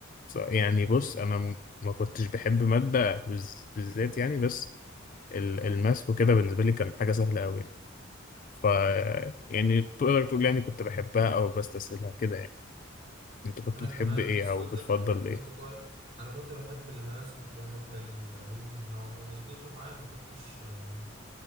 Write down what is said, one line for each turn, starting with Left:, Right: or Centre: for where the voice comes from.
Left: بص- يعني
Right: مثلا
Left: بص انا م- ما كنتش بحب ماده بز- بالذات يعني بس ال- الماس وكده بالنسبه لي كان حاجه سهله قوي يعني. ف يعني تقدر تقول يعني كنت بحبها او بستسهلها كده يعني انت كنت
Right: انا
Left: بتحب
Right: كمان
Left: ايه
Right: بس
Left: او
Right: كنت
Left: بتفضل
Right: انت كنت
Left: ايه
Right: كنت كويس انا كنت بحب الماس كنت بحب العلوم نوعا ما بس جزء معين ما كنتش آه،